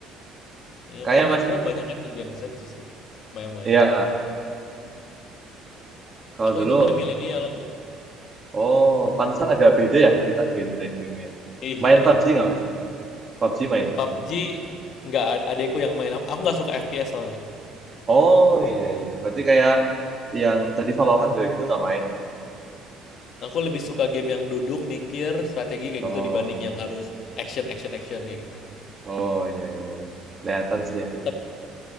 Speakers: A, on the left (about 50°); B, on the right (about 20°).
A: Iya,
B: Kayaknya
A: kayak Minecraft
B: masih
A: banyak kan di Gen Z justru. Yang main.
B: iya kalau
A: Aku
B: dulu
A: hitungannya milenial. aku. <laughs>
B: oh pantesan agak beda ya kita genre gamenya.
A: Iya.
B: Main PUBG nggak Mas? PUBG main.
A: PUBG nggak ad- adekku yang main. Aku, aku nggak suka FPS soalnya.
B: Oh iya iya, berarti kayak yang tadi Valorant juga gitu nggak main ya?
A: Aku lebih suka game yang duduk, mikir, strategi kayak
B: Oh,
A: gitu dibanding yang harus action, action, action kayak gitu.
B: oh ya ya ya. Kelihatan sih ya jadi
A: Tep-
B: kakaknya.